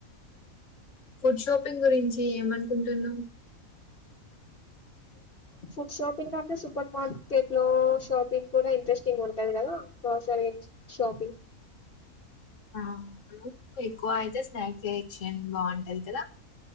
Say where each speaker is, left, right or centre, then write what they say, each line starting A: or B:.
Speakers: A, on the left; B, on the left.
A: ఫుడ్ షాపింగ్ గురించి ఏమనుకుంటున్నా
B: ఫుడ్ షాపింగ్ అంటే సూపర్ మార్కెట్ లో షాపింగ్ కూడా ఇంట్రెస్టింగ్ ఉంటంది కదా ఒంసర షాపింగ్
A: ఆ ఎక్కువ అయితే స్నాక్ ఎయిచ్చేయండి బాగుంటాది కదా